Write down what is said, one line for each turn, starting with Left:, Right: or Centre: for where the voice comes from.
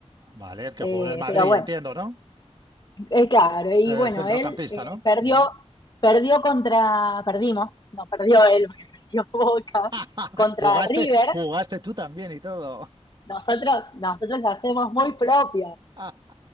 Right: Vale, el que
Left: eh,
Right: jugó en el Madrid,
Left: pero bueno.
Right: entiendo, ¿no?
Left: Eh, claro, y
Right: El
Left: bueno,
Right: centrocampista,
Left: él eh,
Right: ¿no?
Left: perdió,
Right: Ujú.
Left: perdió contra, perdimos, no, perdió él, porque <laughs> perdió Boca,
Right: <laughs>
Left: contra
Right: Jugaste,
Left: River.
Right: jugaste tú también y todo.
Left: Nosotros, nosotros lo hacemos muy propio.
Right: <laughs>